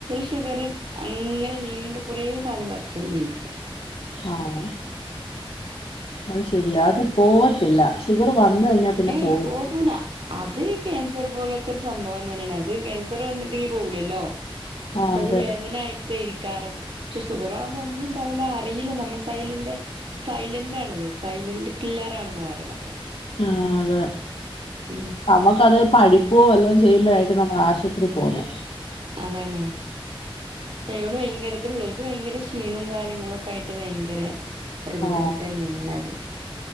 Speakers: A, on the right; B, on the left.
A: ഷുഗർ അങ്ങനെ നീണ്ട കുറേ കാലം വർഷം ജീവിച്ചു
B: ആഹ അത് ശരിയാ അത് പോവത്തില്ല ഷുഗർ വന്ന്കഴിഞ്ഞാൽ പിന്നെ
A: ഏയ്
B: പോത്തില്ല
A: പോകൂല അത് ഈ ക്യാൻസർ പോലത്തൊരു സംഭവം തന്നേണ് അത് ക്യാൻസർ വന്നട്ട്ണ്ടെങ്കി പോവൂലല്ലോ
B: ആഹ്
A: ക്ഷത്
B: അതെ
A: വേദനായിട്ട് ക്കയിരിക്കാരം പക്ഷെ ഷുഗറാവുമ്പോ ഒന്നും ഉണ്ടാവൂല്ല അറിയില്ല നമ്മ്ള് സൈലന്റ സൈലൻ്റാണത് സൈലന്റ് കില്ലറാണ്ന്നാ പറയ്ണത്
B: ആ അതെ
A: ഉം
B: നമ്മക്കത് പഴുക്ക്വോ വല്ലോം ച് ചെയ്യുമ്പഴായിരിക്കും നമ്മളാശുപത്രി പോവുന്നെ
A: അതാണ് ക്ഷേ ഇവടെ വയങ്കരിതുള്ളോൽ ക്ക് വയങ്കര ക്ഷീണോം കാര്യങ്ങളൊക്കായിട്ട് വയങ്കര ഒരു ബുദ്ധിമുട്ടന്നേണത്
B: ആഹ്